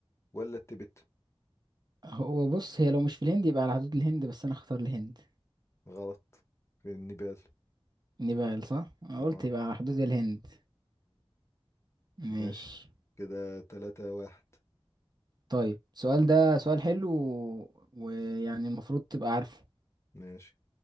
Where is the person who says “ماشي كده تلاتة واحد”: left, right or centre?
Left